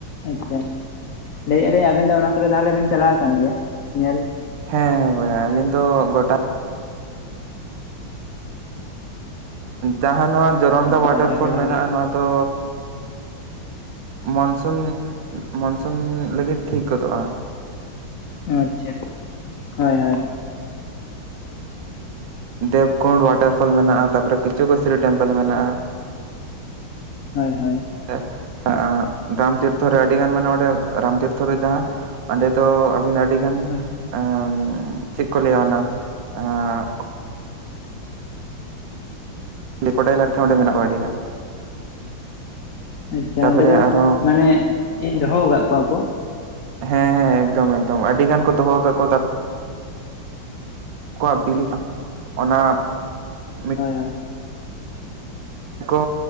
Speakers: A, on the left (about 85°); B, on the right (about 65°).
A: ᱟᱪᱪᱷᱟ ᱾ ᱞᱟᱹᱭᱮᱜ ᱟᱞᱤᱧ ᱟᱵᱮᱱ ᱫᱚ ᱚᱱᱟ ᱠᱚᱨᱮ ᱛᱟᱦᱚᱞᱮ ᱵᱮᱱ ᱪᱟᱞᱟᱣ ᱟᱠᱟᱱ ᱜᱮᱭᱟ ᱧᱮᱞ?
B: ᱦᱮᱸ ᱵᱚᱭᱦᱟ ᱟᱹᱞᱤᱧ ᱫᱚ ᱜᱚᱴᱟ ᱡᱟᱦᱟᱸ ᱱᱚᱣᱟ ᱡᱚᱨᱚᱱᱫᱟ
A: ᱟᱪᱪᱷᱟ
B: ᱚᱣᱟᱴᱟᱨ
A: ᱟᱹᱰᱤ
B: ᱯᱷᱚᱞ
A: ᱵᱷᱟᱜᱮ
B: ᱢᱮᱱᱟᱜᱼᱟ ᱱᱚᱣᱟ ᱫᱚ ᱢᱚᱱᱥᱩᱱ ᱢᱚᱱᱥᱩᱱ ᱞᱟᱹᱜᱤᱫ ᱴᱷᱤᱠ ᱜᱚᱫᱚᱜᱼᱟ ᱾
A: ᱟᱪᱪᱷᱟ, ᱦᱳᱭ ᱦᱳᱭ ᱾
B: ᱫᱮᱵᱽᱠᱩᱱᱰ ᱚᱣᱟᱴᱟᱨ ᱯᱷᱚᱞ ᱢᱮᱱᱟᱜᱼᱟ, ᱛᱟᱯᱚᱨᱮ ᱠᱤᱪᱩᱜᱩᱥᱨᱤ ᱴᱮᱢᱯᱮᱞ ᱢᱮᱱᱟᱜᱼᱟ ᱾
A: ᱦᱳᱭ ᱦᱳᱭ ᱾
B: <unintelligible> ᱨᱟᱢ ᱛᱤᱨᱛᱷᱚ ᱨᱮ ᱟᱹᱰᱤ ᱜᱟᱱ ᱢᱟᱱᱮ ᱚᱸᱰᱮ ᱨᱟᱢ ᱛᱤᱨᱛᱷᱚ ᱨᱮ ᱡᱟᱦᱟ ᱚᱸᱰᱮ ᱫᱚ ᱟᱹᱵᱤᱱ ᱟᱹᱰᱤ ᱴᱷᱮᱱ
A: ᱦᱳᱭ
B: ᱮᱸ ᱪᱮᱫ ᱠᱚ ᱞᱟᱹᱭᱟ ᱚᱱᱟ ᱟᱸ ᱠᱨᱳᱠᱳᱰᱟᱭᱤᱞ ᱠᱚ ᱚᱸᱰᱮ ᱢᱮᱱᱟᱜ ᱠᱚᱣᱟ ᱟᱹᱰᱤ ᱜᱟᱱ ᱾
A: ᱟᱪᱪᱷᱟ
B: ᱛᱟᱯᱚᱨᱮ
A: ᱚᱸᱰᱮ ᱫᱚ
B: ᱟᱨᱦᱚᱸ
A: ᱢᱟᱱᱮ <unintelligible> ᱫᱚᱦᱚ ᱠᱟᱫ ᱠᱚᱣᱟ ᱠᱚ?
B: ᱦᱮᱸ ᱦᱮᱸ ᱮᱠᱫᱚᱢ ᱮᱠᱫᱚᱢ ᱟᱹᱰᱤ ᱜᱟᱱ ᱠᱚ ᱫᱚᱦᱚ ᱠᱟᱜ ᱠᱚ ᱛᱟ ᱠᱚᱣᱟᱜ ᱵᱤᱞᱤ ᱚᱱᱟ ᱢᱤᱫᱴᱮᱱ
A: ᱦᱳᱭ ᱦᱳᱭ᱾
B: ᱠᱚ